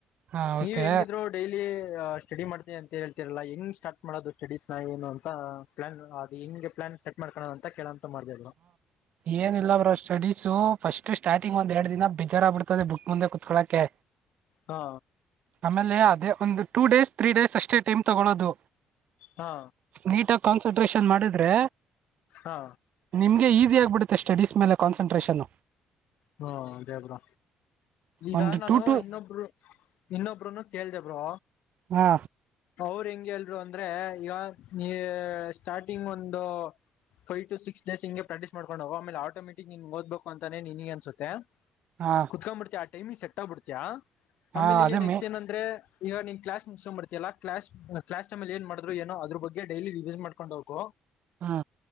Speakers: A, on the right; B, on the left.
A: ಹಾ
B: ನೀವ
A: ಓಕೆ
B: ಹೆಂಗಿದ್ರು ಡೈಲಿ ಸ್ಟಡಿ ಮಾಡ್ತೀಿ ಅಂತ ಹೇಳ್ತಿರಲ್ಲಾ ಹೆಂಗನ್ ಸ್ಟಾರ್ಟ್ ಮಾಡೋದು ಸ್ಟಡೀಸ್ ನ ಏನು ಅಂತ ಪ್ಲಾನ್ ಅದು ಹಿಂ ಪ್ಲಾನ್ೆಟ್ ಮಾಡಕೋ ಅಂತೇಳೋಂತ ಮಾಡ್ದ್
A: ಏನ ಇಿಲ್ಲ ಬರೋ ಸ್ಟಡೀಸು ಫಸ್ಟ್ ಸ್ಟಾರ್ಟಿಂಗ್ ಒಂದ್ ಎರಡ್ ದಿನ ಬಿೇಜಾರ ಬಿಿಡ್ತದೆ ಬುಕ್ ಮುಂದೆ ಕುೂತ್ಕೊಳಕೆ
B: ಹಾ
A: ಆಮೇಲೆ ಅದೇ ಒಂದು ಟೂ ಡೇಸ್ ತ್ರೀ ಡೇಸ್ ಅಷ್ಟೇ ಟೈಮ್ ತಗೊೊಳ್ಳೋದು
B: ಹಾ
A: ನೀಟ ಕಾನ್ಸಂಟ್ರಷನ್ ಮಾಡಿದ್ರೆ
B: ಹಾ
A: ನಿಮಗೆ ಈಸಿ ಆ ಬಿಡುತ್ತೆ ಸ್ಟಡೀಸ್ ಮೇಲೆ ಕಾನ್ಸಂಟ್ರೇಷನ್
B: ಹ್ಮ ಅದೇ ಅಬರ ಈಗ
A: ಒಂದು
B: ನಾನು
A: ಟೂ ಟು
B: ಇನ್ನೊಬ್ರು ಇನ್ನೊಬರುನು ಕೇಳ್ದ ಬ್ರೋ.
A: ಹಾ
B: ಅವರು ಹೆಂಗೆ ಹೇಳ್ ಅಂದ್ರೆ ಈಗ ನೀ ಸ್ಟಾರ್ಟಿಂಗ್ ಒಂದು. ಫೈವ್ ಟು ಸಿಕ್ಸ್ ಡೇಸ್ ಇಂಗೆ ಪ್ರಾಕ್ಟೀಸ್ ಮಾಡ್ಕೊಂಡ್ ಹೋಗು ಆಮೇಲೆ ಆಟೋಮಟಿಕ್ ನಿನ್ ಓದ್ಬೇಕು ಅಂತಾನೆ ನಿನಿಗ್ ಅನ್ಸ್ ಅನ್ಸುತ್ತೆ
A: ಹಾ
B: ಕುತ್ಕೊಂಡ್ಬಿಡ್ತ ಆ ಟೈಮಿಂಗ್ ಸೆಟ್ ಆಗ್ಬಿಡ್ತಯ ಆಮೇಲೆ
A: ಹಾ
B: ಈಗ
A: ಅದೇ
B: ನೆಕ್ಸ್ಟ್
A: ಮೇ
B: ಏನಂದ್ರೆ. ಈಗ ನಿನ್ ಕ್ಲಾಸ್ ಮಕ್ಸ್ ಬರ್ತಿಯಲ್ಲ ಕ್ಲಾಸ್ ಕ್ಲಾಸ್ ರೂಮ್ ಅಲ್ ಏನ್ ಮಾಡ್ರು ಏನು ಅದರ್ ಬಗ್ಗೆ ಡೈಲಿ ರಿವೀಸ್ ಮಾಡ್ಕೊಂಡ್ ಹೋಗು.
A: ಹಾ